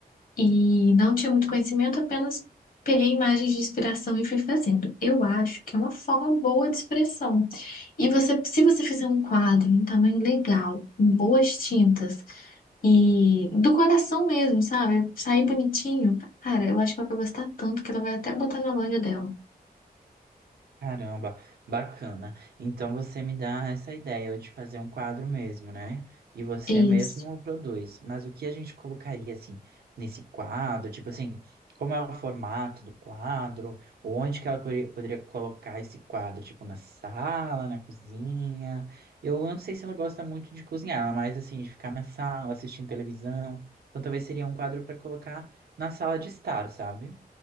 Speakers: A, on the left; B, on the right.
A: e não tinha muito conhecimento, apenas peguei imagens de inspiração e fui fazendo. Eu acho que é uma forma boa de expressão. E você, se você fizer um quadro em um tamanho legal, em boas tintas e do coração mesmo, sabe? Sair bonitinho, cara, eu acho que ela vai gostar tanto que ela vai até botar na loja dela.
B: Caramba, bacana. Então você me dá essa ideia de fazer um quadro mesmo, né? E você
A: É Isso.
B: mesmo produz. Mas o que a gente colocaria assim nesse quadro? Tipo assim, como é o formato do quadro? Onde que ela poderia poderia colocar esse quadro? Tipo na sala, na cozinha? Eu não sei se ela gosta muito de cozinhar, mas assim, de ficar na sala, assistindo televisão. Então talvez seria um quadro para colocar na sala de estar, sabe?